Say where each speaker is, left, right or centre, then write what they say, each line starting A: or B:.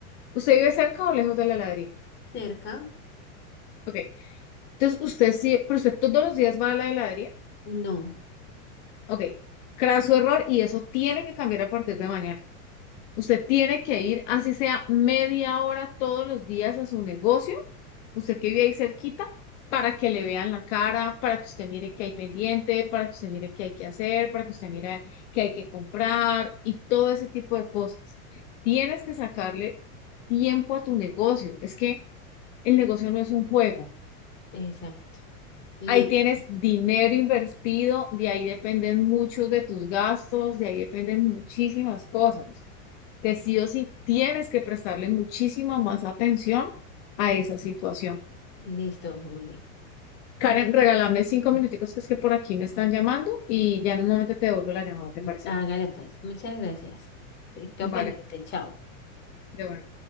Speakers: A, on the left; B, on the left.
A: ¿Usted vive cerca o lejos de la heladería?
B: ¿Cerca?
A: Ok. Entonces, usted sí, pero usted todos los días va a la heladería.
B: No.
A: Ok. Craso error y eso tiene que cambiar a partir de mañana. Usted tiene que ir, así sea media hora todos los días a su negocio usted que vive ahí cerquita, para que le vean la cara, para que usted mire qué hay pendiente, para que usted mire qué hay que hacer, para que usted mire qué hay que comprar y todo ese tipo de cosas. Tienes que sacarle tiempo a tu negocio. Es que el negocio no es un juego.
B: Exacto. Listo.
A: Ahí tienes dinero invertido, de ahí dependen muchos de tus gastos, de ahí dependen muchísimas cosas. Que sí o sí tienes que prestarle muchísima más atención a esa situación.
B: Listo, Juli. Mm,
A: Karen, regálame cinco
B: mm,
A: minuticos que es que por aquí me están llamando y ya en un momento te devuelvo la llamada, ¿te
B: mm.
A: parece?
B: Hágale pues. Muchas gracias. Quedo
A: Vale,
B: pendiente. Chao.
A: de bueno.